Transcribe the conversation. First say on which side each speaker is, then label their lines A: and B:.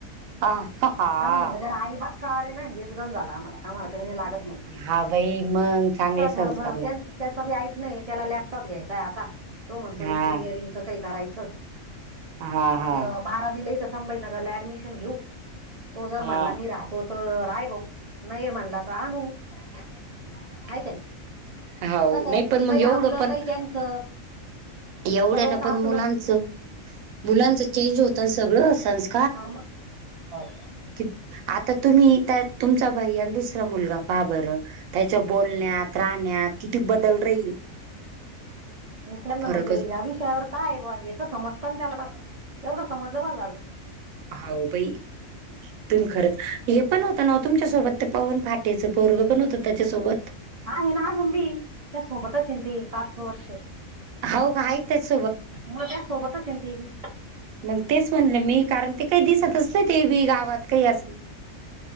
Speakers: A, on the right; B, on the right.
A: हा हा
B: आणि म्हणलं त्याला आई बाप कळालेना. हेच गंज झाल आम्हांला. आम्हांला काही नाही लागत. म्हण
A: हा बाई. मग चांगले
B: आता थोडंफार
A: संस्कार लाग
B: त्याच बी ऐकनय. त्याला लॅपटॉप घ्यायचाय आता. तो म्हणतो
A: हा
B: इंजिनिअरिंगचं काही करायचं.
A: हा
B: मग
A: हा
B: बारावीला इथ संभाजनगरला ऍडमिशन घेऊ. तो जर
A: हा.
B: म्हणला मी राह तो तर राय भाऊ. नाही म्हणला तर आणू. <inaudible> हाय का नाही?
A: हो
B: <inaudible> कस
A: नाही पण मग
B: काही
A: एवढं
B: आपलं
A: पण
B: काही त्यांचं.
A: एवढ्यान
B: सगळंच आपलं
A: पण मुलांचं. मुलांचं चेंज होत सगळं. संस्
B: हा मग. हो.
A: की आता तुम्ही काय तुमचा भैयान दुसरा मुलगा पाहा बरं. त्याच्या बोलण्यात. राहण्यात. किती बदल राहील.
B: त्यांना
A: फरकच
B: म्हणजे या विषयावर काये बा हे त समजत ना त्याला बस. तेवढं समजलं बस झालं.
A: हावं बाई. तुम्ही खरंच. हे पण होत ना तुमच्यासोबत. ते पवन फाटेचं पोरग पण होत ना त्याच्यासोबत?
B: <unintelligible> आहे ना अजुन बी. त्याच्या सोबतचे ना ते. पाच सहा वर्ष.
A: अवुग हाईतच.
B: <unintelligible> म त्या सोबतचे ना तेबी.
A: मग तेच म्हणलं मी, कारण ते काही दिसतच नाही. ते बी गावात काही असल